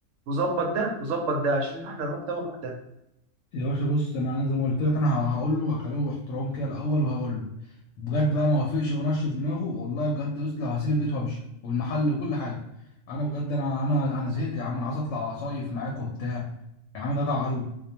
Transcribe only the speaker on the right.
وظبط ده وظبط ده عشان احنا نروح ده ونروح ده